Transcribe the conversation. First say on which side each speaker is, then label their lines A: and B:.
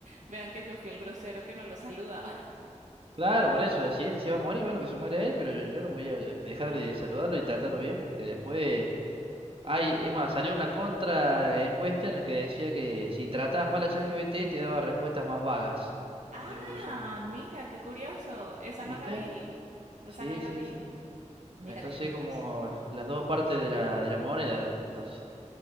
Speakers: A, on the right; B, on the right.
A: vean que yo fui el grosero que no lo saludaba.
B: Claro, por eso, si él se va a morir, bueno, que se muera él, pero yo no voy a dejar
A: Ajá.
B: de saludarlo y tratarlo bien porque después... Ay, es más, salió una contra encuesta en la que decía que si tratabas mal a ChatGPT te daba respuestas más vagas,
A: Ah,
B: incluso.
A: mira, qué curioso. Esa
B: ¿Viste?
A: no la vi. Esa
B: Sí,
A: no la
B: sí,
A: vi.
B: sí.
A: Mira,
B: Entonces
A: qué curioso.
B: como las dos partes de la, de la moneda, entonces.